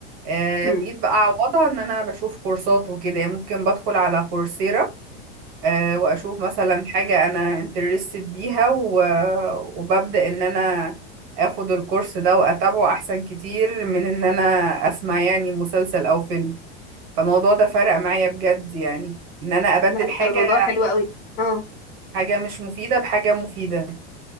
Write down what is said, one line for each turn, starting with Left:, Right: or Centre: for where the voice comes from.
Right: آه،
Left: م.
Right: بقيت بقى اعوضها ان انا بشوف كورسات وكده يعني ممكن بدخل على كورسيرا آه، واشوف مثلا حاجة انا انترستد بيها و- وببدأ ان انا اخد الكورس ده واتابعه احسن كتير من ان انا اسمع يعني مسلسل او فيلم فالموضوع ده فرق معايا بجد يعني ان انا ابدل
Left: لا
Right: حاجة
Left: ده موضوع حلو قوي اه
Right: حاجة مش مفيدة بحاجة مفيدة